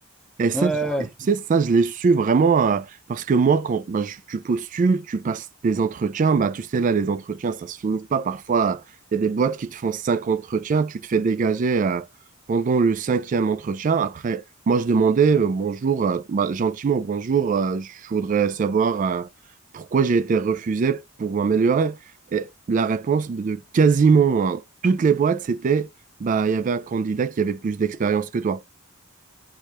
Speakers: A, on the right; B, in the centre.
A: Et ça,
B: Ouais, ouais,
A: c'est-
B: ouais.
A: tu sais, ça, je l'ai su vraiment euh, parce que moi, quand bah, je- tu postules, tu passes des entretiens, bah, tu sais, là, les entretiens, ça se finit pas. Parfois, il y a des boîtes qui te font cinq entretiens, tu te fais dégager euh, pendant le cinquième entretien. Après, moi, je demandais euh, bonjour, euh, bah, gentiment, bonjour, euh, je voudrais savoir euh, pourquoi j'ai été refusé pour m'améliorer. Et la réponse de quasiment hein, toutes les boîtes, c'était bah, il y avait un candidat qui avait plus d'expérience que toi.